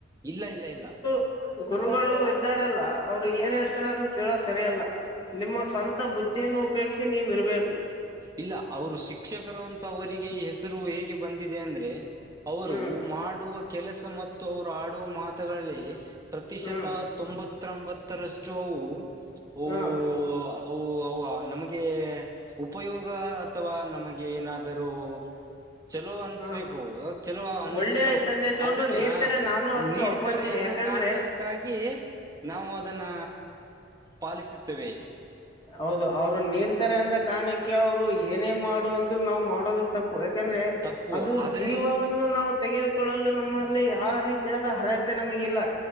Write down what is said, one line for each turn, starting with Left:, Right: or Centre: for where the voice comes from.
Right: ಇಲ್ಲ ಇಲ್ಲ ಇಲ್ಲ <inaudible>
Left: ತ್ತು ಗುರುಗಳು ಇದ್ದರ ಅಲ್ಲ ಅವರು ಏನ್ ಹೇಳ್ತಾರ ಅದನ್ ಕೇಳೋ ಸರಿಯಲ್ಲ ನಿಮ್ಮ ಸ್ವಂತ <inaudible> ತ ಬುದ್ಧಿಯನ್ನು ಉಪಯೋಗಸಿ ನೀವ ಇರಬೇಕು. <inaudible>
Right: ಇಲ್ಲ ಅವರು ಶಿಕ್ಷಕರು ಅಂತ ಅವರಿಗೆ ಈ ಹೆಸರು ಹೇಗೆ ಬಂದಿದೆ ಅಂದ್ರೆ. <inaudible> ಅವರು
Left: ಹ್ಮ್
Right: ಮಾಡುವ ಕೆಲಸ ಮತ್ತು ಅವರು ಆಡುವ ಮಾತುಗಳಲ್ಲಿ, <inaudible> ಪ್ರತಿಶತ
Left: ಹ್ಮ್
Right: ತೊಂಬತ್ತಂಬತ್ತರಷ್ಟು ಅವು ಓ
Left: ಹ್ಮ್
Right: <inaudible> ಓ ಅವುವಾ ನಮಗೆ ಉಪಯೋಗ ಅಥವಾ ನಮಗೆ ಏನಾದರೂ? <inaudible> ಚಲೋ ಅನ್ನಿಸಬೇಕು
Left: ಹ್ಮ
Right: ಚಲೋ ಅನ್ಸತ್ತವ
Left: ಒಳ್ಳೆ ಸಂದೇಶವನ್ನು
Right: ಆದಕ್ಯಾ
Left: ನೀಡ್ತಾರೆ ನಾನು ಅದಕ್ಕೆ
Right: ನೀಡ
Left: ಒಪ್ಕೊಂತೀನಿ
Right: <inaudible> ಇತರೆ ಎನ್ನೋ
Left: ಯಾಕಂದ್ರೆ
Right: ಕಾರಣಕ್ಕಾಗಿ ನಾವು ಅದನ್ನ ಪಾಲಿಸುತ್ತೇವೆ. <inaudible>
Left: ಹೌದು ಅವರು ನೀಡ್ತರೆ ಅಂದ ಕಾರಣಕ್ಕೆ ಅವರು ಏನೇ ಮಾಡು ಅಂದ್ರು ನಾವ್ ಮಾಡೋದು. <inaudible> ತಪ್ಪು ಯಾಕಂದ್ರೆ
Right: ತಪ್ಪು
Left: ಅದರ
Right: ಆದರೆ
Left: ಜೀವವನ್ನು <inaudible> ನೂ ನಾವು ತೆಗೆದುಕೊಳ್ಳಲು ನಮ್ಮಲ್ಲಿ ಯಾವ ರೀತಿಯಾದ ಅರ್ಹತೆ ನಮಗಿಲ್ಲ.